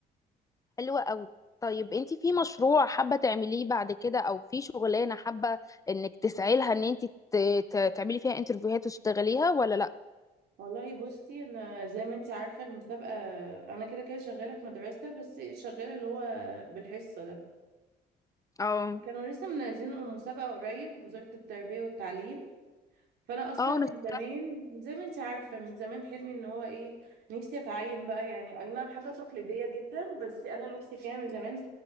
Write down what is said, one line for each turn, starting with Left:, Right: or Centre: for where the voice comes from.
Left: حلوة قوي طيب انت في مشروع حابة تعمليه بعد كده او في شغلانة حابة انك تسعي لها ان انت ت- ت- تعملي فيها انترفيوهات وتشتغليها ولا لا
Right: والله بصي انا زي ما انت عارفه المسابقه انا كده كده شغاله في مدرسه بس شغاله اللي هو بالحصه ده
Left: اه
Right: كانوا لسه منزلين المسابقه قريب وزاره التربيه والتعليم فانا اصلا
Left: اه
Right: من
Left: انا شفتها
Right: زمان زي ما انت عارفه من زمان حلمي ان هو ايه نفسي اتعين بقى يعني اي نعم حاجه تقليديه جدا بس انا نفسي فيها من زمان